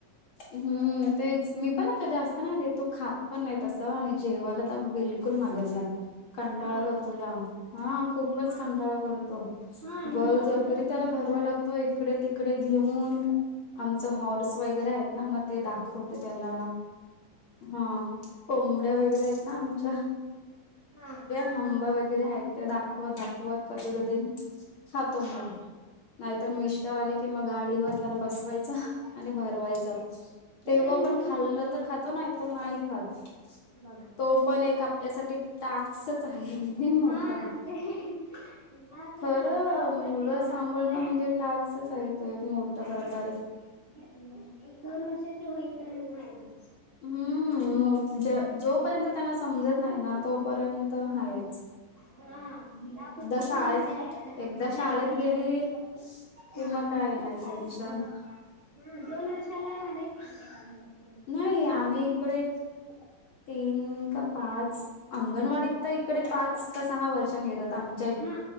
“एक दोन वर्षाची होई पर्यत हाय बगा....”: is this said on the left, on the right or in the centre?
Right